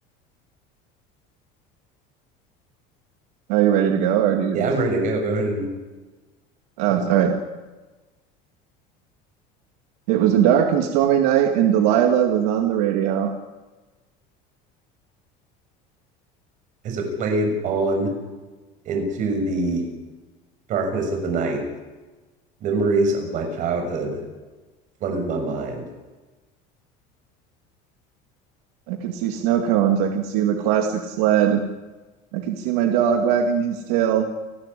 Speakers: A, on the right; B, on the right.
A: Are you ready to go, or do you
B: Yeah,
A: just?
B: I'm ready to go. Go ahead and
A: Oh,
B: let me see.
A: all
B: Your,
A: right. It was a dark and stormy night, and Delilah was on the radio.
B: as it played on into the darkness of the night, memories of my childhood flooded my mind.
A: I could see snow cones. I could see the classic sled. I could see my dog wagging his tail.